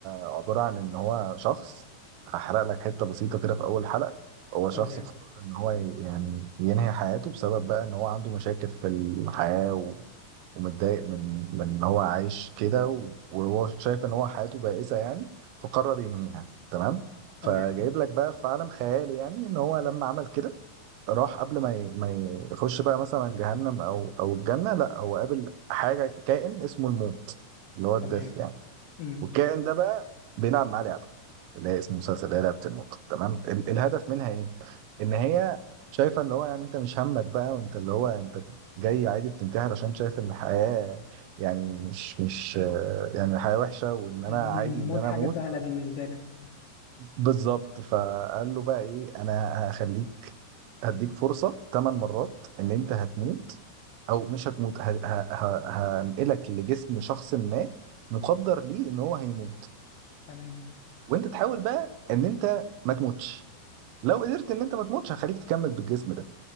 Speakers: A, on the right (about 85°); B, on the left (about 65°).
A: عبارة عن إن هو شخص هحرق لك حتة بسيطة كده في أول حلقة هو شخص
B: قول لي يعني
A: قرر إن هو ي- يعني ينهي حياته بسبب بقى إن هو عنده مشاكل في الحياة و... ومتضايق من من إن هو عايش كده و... وهو شايف إن هو حياته بائسة يعني فقرر ينهيها تمام فجايب
B: تمام
A: لك بقى في عالم خيالي يعني إن هو لما عمل كده راح قبل ما ي... ما يخش بقى مثلا جهنم أو أو الجنة لا هو قابل حاجة كائن اسمه الموت اللي هو الدث
B: تمام
A: يعني
B: امم
A: والكائن ده بقى بيلعب معاه لعبه اللي هي اسم المسلسل اللي هي لعبه النقط تمام ال- الهدف منها ايه؟ ان هي شايفه اللي هو يعني انت مش همك بقى وانت اللي هو انت جاي عادي بتنتحر عشان شايف ان الحياه يعني مش مش آه، يعني الحياه وحشه وان انا
B: الموت
A: عادي ان انا
B: حاجة
A: اموت
B: سهلة بالنسبة لك
A: بالظبط فقال له بقى ايه انا هخليك هديك فرصه ثمان مرات ان انت هتموت او مش هتموت ه- ه- ه- هنقلك لجسم شخص ما مقدر ليه ان هو هيموت
B: تمام
A: وانت تحاول بقى ان انت ما تموتش لو قدرت ان انت ما تموتش هخليك تكمل بالجسم ده